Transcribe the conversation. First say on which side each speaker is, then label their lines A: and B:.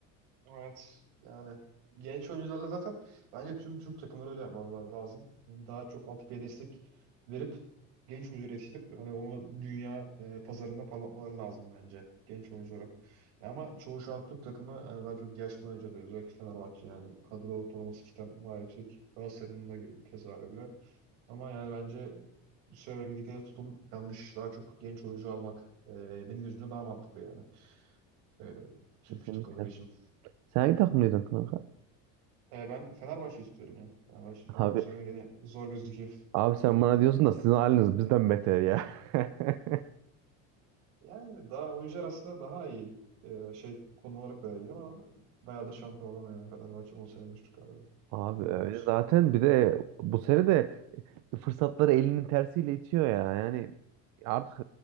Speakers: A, on the right (about 85°); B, on the right (about 60°).
A: Evet. Yani genç oyuncularla zaten bence tüm Türk takımları öyle yapmaları lazım. Yani daha çok altyapıya destek verip genç oyuncuları yetiştirip hani onu dünya e, pazarında parlatmaları lazım bence genç oyunculara. E ama çoğu şu an Türk takımı hani daha çok yaşlı oyuncu alıyor. Özellikle Fenerbahçe yani kadro ortalaması cidden bayağı yüksek. Galatasaray'ın da keza öyle. Ama yani bence söyledikleri tutum yanlış. Daha çok genç oyuncu almak e, benim gözümde daha mantıklı yani. E, Türk
B: Kesinlikle.
A: takımları için.
B: Sen hangi takımlıydın kanka?
A: E, ben Fenerbahçe istiyorum ya. Fenerbahçe istiyorum
B: Abi,
A: ama bu sene gene zor gözüküyor.
B: abi sen bana diyorsun da sizin haliniz bizden beter ya. <laughs>
A: Yani daha oyuncu aslında daha iyi. E, şey konum olarak da iyi ama bayağıdır şampiyon olamıyor yani Fenerbahçe 10 senedir galiba.
B: Abi
A: On- 13.
B: öyle zaten bir de bu sene de fırsatları elinin tersiyle itiyor ya. Yani artık